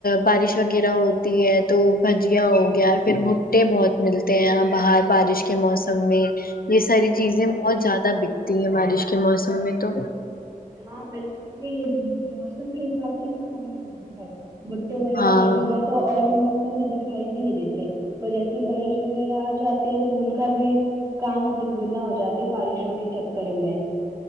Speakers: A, on the left; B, on the right.
A: بارش وغیرہ ہوتی ہے تو بھجیا ہو گیا پھر بھو ٹے بہت ملتے ہیں باہر بارش کے موسم میں یہ ساری
B: بالکل
A: چیزیں بہت زیادہ بکتی ہیں بارش کے موسم میں تو
B: ہاں بالکل تو یہ موسم کے حساب سے بھی کھانا ملتا ہے بھٹے وغیرہ
A: ہاں
B: دیکھا جائے تو اور موسم دکھائی بھی نہیں دیتے اور جیسے بارش وغیرہ آ جاتی ہے تو ان کا بھی کام دگنا ہو جاتے بارشوں کے چکر میں